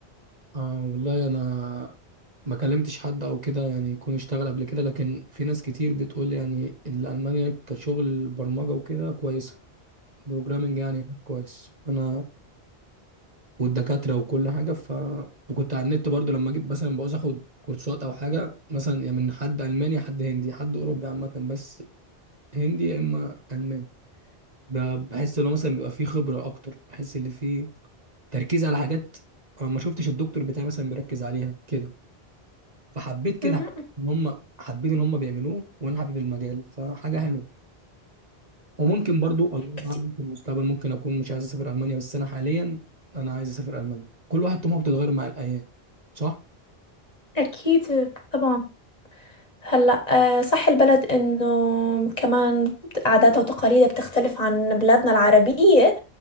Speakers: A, on the right; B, on the left.
A: آه والله انا ما كلمتش حد او كده يعني يكون اشتغل قبل كده لكن في ناس كتير بتقول لي يعني ان المانيا كشغل برمجه وكده كويسه بروجرامنج يعني هناك كويس انا والدكاترة وكل حاجة ف وكنت على النت برضو لما جيت مثلا بعوز اخد كورسات او حاجة مثلا يا من حد ألماني يا حد هندي حد أوروبي عامة بس هندي يا إما ألماني ب- بحس إن هو مثلا بيبقى فيه خبرة أكتر بحس إن فيه تركيز على حاجات أنا ما شفتش الدكتور بتاعي مثلا بيركز عليها كده فحبيت كده
B: مهم.
A: إن هم حابين إن هم بيعملوه وأنا حابب المجال فحاجة حلوة وممكن برضو الله
B: كتير
A: أعلم في المستقبل ممكن أكون مش عايز أسافر ألمانيا بس أنا حاليا أنا عايز أسافر ألمانيا كل واحد طموحه بتتغير مع الأيام صح؟
B: أكيد طبعا هلا آه، صح البلد انه كمان عاداتها وتقاليدها بتختلف عن بلادنا العربية